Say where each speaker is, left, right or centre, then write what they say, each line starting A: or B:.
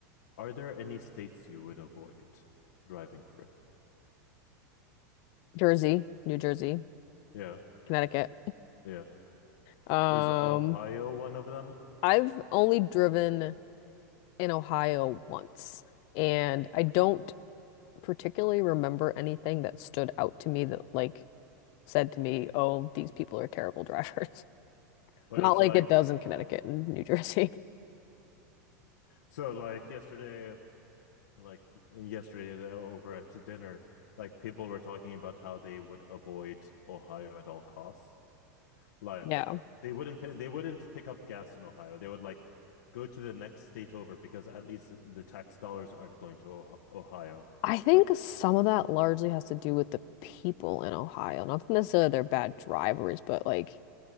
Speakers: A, on the left (about 80°); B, on the left (about 50°).
A: Are there any states you would avoid driving through?
B: Jersey, New Jersey,
A: Yeah,
B: Connecticut.
A: yeah.
B: Um,
A: Is Ohio one of them?
B: I've only driven in Ohio once, and I don't particularly remember anything that stood out to me that like said to me, "Oh, these people are terrible drivers." <laughs>
A: Or
B: Not
A: is
B: like
A: like
B: it does in Connecticut and New Jersey. <laughs>
A: so like yesterday, like yesterday uh, over at dinner, like people were talking about how they would avoid Ohio at all costs. Like
B: Yeah.
A: they wouldn't pay, they wouldn't pick up gas in Ohio. They would like go to the next state over because at least the tax dollars aren't going to oh Ohio.
B: I think
A: Like,
B: some of that largely has to do with the people in Ohio. Not necessarily they're bad drivers, but like